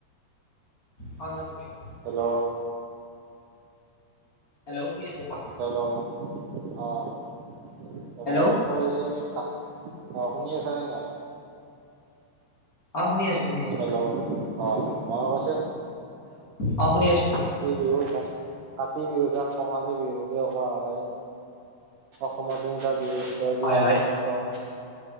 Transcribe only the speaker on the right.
হেল্ল'।
হেল্ল' অঁ
মই কৈ আছোঁ। অ শুনি আছ নে নাই
হেল্ল' অ মই কৈছে।
বিহুত কাতি বিহু যাক কঙালী বিহু বুলিও কোৱা হয়, অসমৰ তিনিটা ভিতৰত
ই এক
অন্যতম।